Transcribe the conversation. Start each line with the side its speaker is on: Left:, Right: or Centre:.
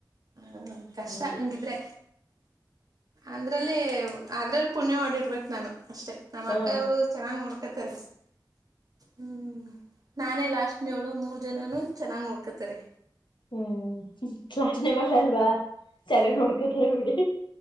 Right: ಉಉ ಕಷ್ಟ
Left: ಹೌದು
Right: ಹಂಗಿದ್ರೆ ಅಂದ್ರಲ್ಲಿ ಅದ್ರಲ್ಲಿ ಪುಣ್ಯ ಮಾಡಿರ್ಬೇಕು ನಾನು ಅಷ್ಟೇ ನಮ್ಮ
Left: ಹಾ
Right: ಅಕ್ಕವರು ಚೆನ್ನಾಗ್ ನೋಡ್ಕತ್ತರೆ ಹ್ಮ್ ನಾನೇ ಲಾಸ್ಟ್ನೋಳು ಮೂರ್ ಜನನು ಚೆನ್ನಾಗ್ ನೋಡ್ಕತಾರೆ
Left: ಹ್ಮ್ ಲಾಸ್ಟ್ನೆ ಮಗಳಲ್ವಾ ಚೆನ್ನಾಗಿ ನೋಡ್ಕೊತಾರೆ ಬಿಡಿ